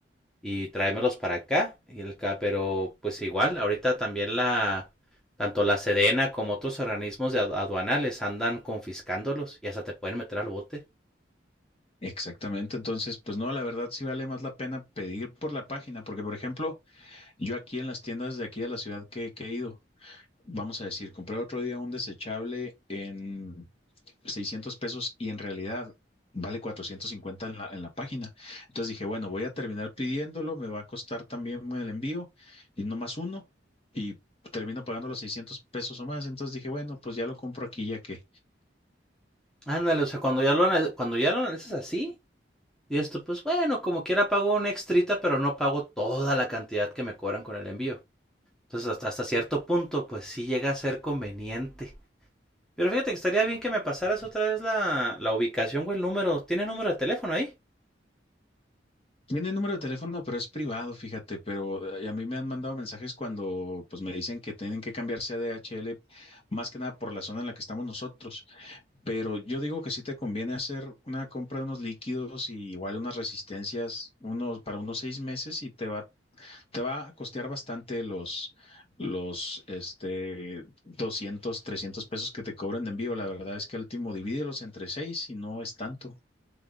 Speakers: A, in the centre; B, on the left.
A: y traérmelos para acá, y el, pero pues igual, ahorita también la, tanto la Sedena como otros organismos de aduanales andan confiscándolos y hasta te pueden meter al bote.
B: Exactamente, entonces, pues no, la verdad sí vale más la pena pedir por la página, porque por ejemplo, yo aquí en las tiendas de aquí de la ciudad que, que he ido, vamos a decir, compré otro día un desechable en 600 pesos y en realidad vale 450 en la, en la página. Entonces dije, bueno, voy a terminar pidiéndolo, me va a costar también el envío y no más uno y termino pagando los 600 pesos o más. Entonces dije, bueno, pues ya lo compro aquí ya que
A: Ándale, o sea, cuando ya lo, anal- cuando ya lo analizas así, y esto, pues bueno, como quiera pago una extrita, pero no pago toda la cantidad que me cobran con el envío. Entonces, hasta, hasta cierto punto, pues sí llega a ser conveniente. Pero fíjate que estaría bien que me pasaras otra vez la, la ubicación o el número. ¿Tienes número de teléfono ahí?
B: tiene el número de teléfono, pero es privado, fíjate, pero eh, a mí me han mandado mensajes cuando pues me dicen que tienen que cambiarse a DHL más que nada por la zona en la que estamos nosotros. Pero yo digo que sí te conviene hacer una compra de unos líquidos y igual unas resistencias unos, para unos seis meses y te va, te va a costear bastante los, los este, doscientos trescientos pesos que te cobran de envío. La verdad es que al último divídelos entre seis y no es tanto.